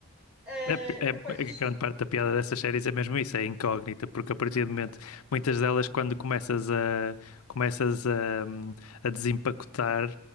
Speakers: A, on the right; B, on the left.
A: Eh,
B: É, é-
A: epá, e-
B: é que grande parte da piada dessas séries é mesmo isso, é incógnita, porque a partir do momento, muitas delas, quando começas a, começas a, hum, a desempacotar,